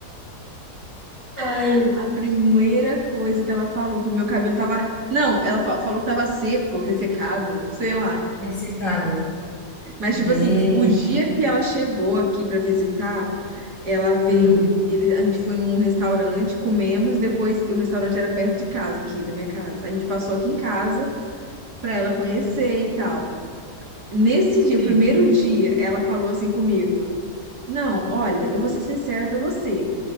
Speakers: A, on the left; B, on the right.
A: ai,
B: <laughs> A primeira coisa que ela falou foi: Meu cabelo tava. Não, ela fa- falou que tava seco, ressecado, sei lá.
A: ressecada.
B: Mas,
A: Meu.
B: tipo assim, o dia que ela chegou aqui pra visitar, ela veio.
A: Hum.
B: ele- a gente foi num restaurante, comemos, depois. e O restaurante era perto de casa, aqui, da minha casa. A gente passou aqui em casa pra ela conhecer e tal. Nesse dia,
A: Sim.
B: o primeiro dia, ela falou assim comigo: Não, olha, eu vou ser sincera pra você.